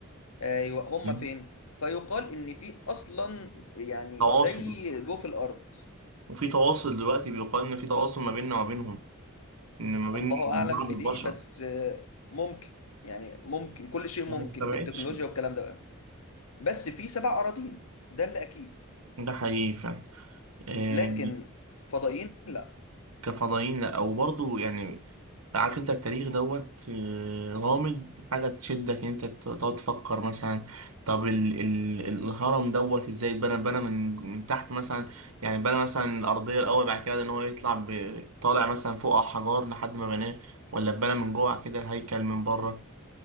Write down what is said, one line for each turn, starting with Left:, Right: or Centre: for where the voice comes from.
Left: ايوه هما
Right: فاهم؟
Left: فين فيقال ان في اصلا يعني
Right: تواصل
Left: زي جوف الارض
Right: وفي تواصل دلوقتي بيقال إن في تواصل ما بيننا وما بينهم إن ما بين
Left: الله اعلم
Right: بعض
Left: في
Right: البشر
Left: دي بس آه، ممكن يعني ممكن كل شيء
Right: ما
Left: ممكن
Right: استبعدش
Left: بالتكنولوجيا والكلام ده بقى بس في سبع اراضين ده اللي اكيد
Right: ده حقيقي فعلا آه،
Left: لكن فضائيين لا
Right: كفضائيين لا وبرضه يعني عارف انت التاريخ دوت آه، غامض حاجة تشدك ان انت تقعد تفكر مثلا طب ال ال الهرم دوت ازاي اتبنى اتبنى من من تحت مثلا يعني بنى مثلا الأرضية الأول بعد كده ان هو يطلع ب- طالع مثلا فوق على حجار لحد ما بناه ولا اتبنى من جوه كده هيكل من بره